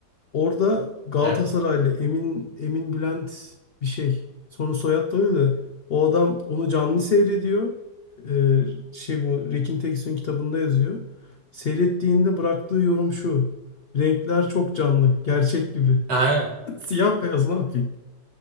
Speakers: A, on the left; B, on the right.
A: Orada Galatasaraylı
B: Evet.
A: Emin Emin Bülent bir şey. Sonra soyadları da o adam onu canlı seyrediyor. Ee, şey bu Rekin Teksoy'un kitabında yazıyor. Seyrettiğinde bıraktığı yorum şu. Renkler çok canlı, gerçek gibi.
B: Ha, evet.
A: <laughs> Siyah beyaz ne yapayım?